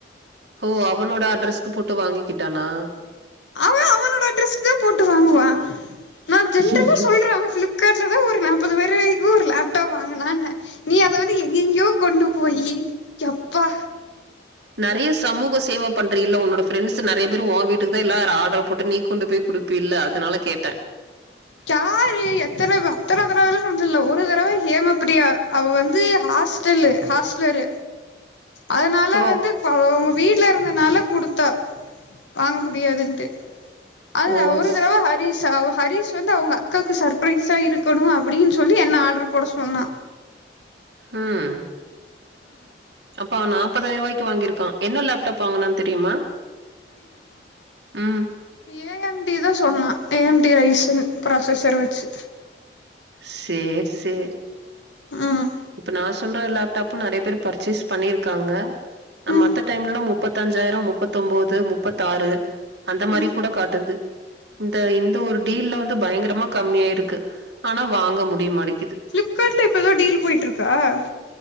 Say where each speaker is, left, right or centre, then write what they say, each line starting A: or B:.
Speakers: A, on the right; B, on the left.
A: ஹ அவனோட அட்ரஸ்க்கு போட்டு வாங்கிக்கிட்டானா
B: அவன் அவனோட அட்ரெஸ்க்கு தான் போட்டு வாங்குவா நான் ஜன்னர
A: ஐயய்யோ!
B: சொல்றே பிளிப்கார்ட்லதா ஒரு நாற்பது பேரை கூறுல ட்ட வாங்கனா நீ அதா எங்கெயோ கொண்டு போயி எப்பா
A: நிறைய சமூக சேவ பண்ற இல்ல ஒ ஃப்ரெண்ட்ஸ் நிறைய பேர் உன் வீட்டுக்கு தா எல்லாரு ஆர்டர் போட்டு நீ கொண்டு போய் குடுப்ப இல்ல அதனால கேட்
B: கார்ரு அத்தனவை அத்தனை தடவை எ சொ்ச இல ஒரு தடவை ஹேம பிரியா அவ வந்து ஹாஸ்டல்லு ஹாஸ்டல் அதனால
A: ஓ!
B: வந்து பா வீட்டில் இருந்தனால கொடுத்தா வாங்க முடியாதுன்ட்டு அதுதான்
A: ஓ!
B: ஒருர
A: ஸ்
B: தரவா ஹரீசாவு ஹரீஷ் வந்து அவங்க அக்காவுக்கு சர்பரைஸா இருக்கணும் அப்படின்னு சொல்லி என்ன ஆர்டரு போட சொன்னான்
A: ஆஹம்் அப்ப நாப்பதிரூபாய்க்கு வாங்கிரு என்ன லேப்டாப் வாங்கனான்னு தெரியுமா உம்
B: ஏஎம்டி தான் சொன்னான் ஏஎம்டி ரைசன் ப்ராசஸர் வச்சு
A: சேரி சேரி
B: ம்
A: இப்ப நா சொல்ற லேப்டாப் நிறைய பேர் பர்ச்சேஸ் பண்ணிருக்காங்க ந
B: ம்
A: மத்த டைம்ல முப்பத்த அஞ்சாயிரம் முப்பத்த ஒன்பது முப்பத்த ஆறு அந்த மாதிரி
B: ம்
A: கூட காட்டுது இந்த இந்த ஒரு டீல்லல வந்து பயங்கரமா கம்மியாயிருக்கு ஆனா வாங்க முடியமாடிக்குது
B: பளிப்கார்ட்ல இப்போ ஏதோ டீல் போயிற்றுக்கு க்க